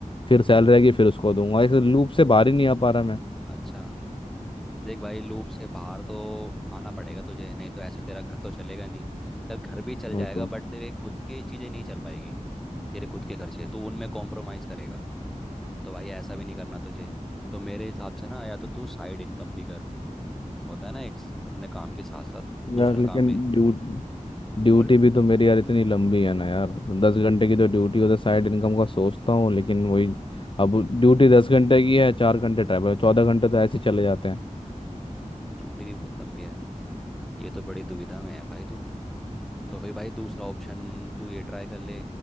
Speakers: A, on the left; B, in the centre.
A: फिर सैलरी आएगी फिर उसको दूंगा इस लूप से बाहर ही नहीं आ पा रहा मैं
B: अच्छा देख भाई लूप से बाहर तो आना पड़ेगा तुझे नहीं तो ऐसे तेरा घर तो चलेगा नहीं चल घर भी चल
A: बिल्कुल
B: जाएगा बट तेरे खुद की चीज़ें नहीं चल पाएगी तेरे खुद के खर्चे तो उनमें कॉम्प्रोमाइज़ करेगा तो भाई ऐसा भी नहीं करना तुझे तो मेरे हिसाब से ना या तो तू साइड इनकम भी कर होता है ना एक अपने काम के साथ साथ दूसरा
A: यार लेकिन
B: काम भी
A: ड्यू ड्यूटी
B: बोल
A: भी तो मेरी यार इतनी लंबी है ना यार दस घंटे की तो ड्यूटी होता साइड इनकम का सोचता हूँ लेकिन वही अब ड्यूटी दस घंटे की है चार घंटे ट्रैवल चौदह घंटे तो ऐसे ही चले जाते हैं
B: ड्यूटी भी बहुत लंबी है ये तो बड़ी दुविधा में है भाई तू तो फिर भाई दूसरा ऑप्शन तू ये ट्राई कर ले